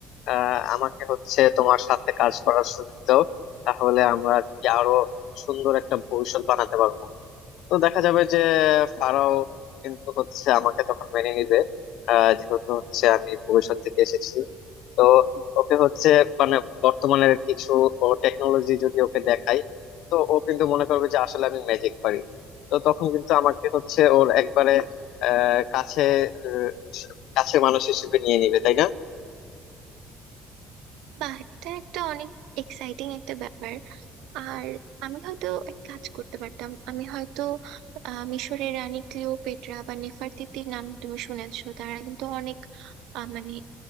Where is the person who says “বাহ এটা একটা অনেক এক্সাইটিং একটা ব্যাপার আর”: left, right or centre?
Right